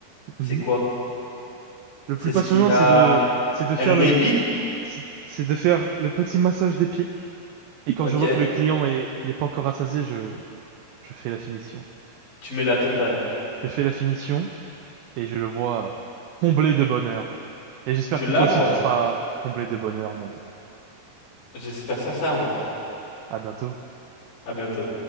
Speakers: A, on the left (about 50°); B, on the right (about 80°).
A: c'est
B: Mhm.
A: quoi?
B: Le
A: C'est
B: plus
A: ce
B: passionnant,
A: qu'il y a.
B: c'est de, c'est de faire
A: And maybe?
B: le, c'est c'est de faire le petit massage des pieds. Et quand
A: Ok.
B: je vois que le client est, n'est pas encore rassasié, je, je fais la finition.
A: Tu mets la totale.
B: Je fais la finition et je le vois comblé de bonheur. Et j'espère
A: Tu
B: que
A: la
B: toi
A: vois?
B: aussi tu seras comblé de bonheur bientôt.
A: J'espère sincèrement.
B: À bientôt.
A: À bientôt.